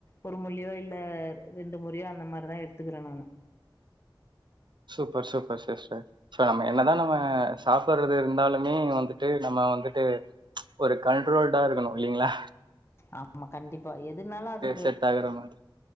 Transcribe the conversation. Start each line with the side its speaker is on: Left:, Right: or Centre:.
Left: ஒரு முழியோ இல்ல ரெண்டு முறையோ அந்த மாரிதா எடுத்துக்கிறே நானு
Right: சூப்பர் சூப்பர் சிஸ்டர் சோ நம்ம என்னனா நம்ம சாப்பட்றது இருந்தாலு மே வந்துட்டு நம்ம வந்துட்டு ஒரு கண்டட்ரோல்டா இருக்கணு இல்லீங்களா
Left: ஆமா கண்டிப்பா எதுனாலு அது
Right: செட் ஆகுற மாதிரி